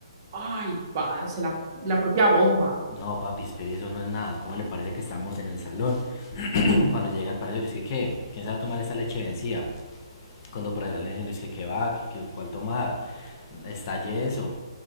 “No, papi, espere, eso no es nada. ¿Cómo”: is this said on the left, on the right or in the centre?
Left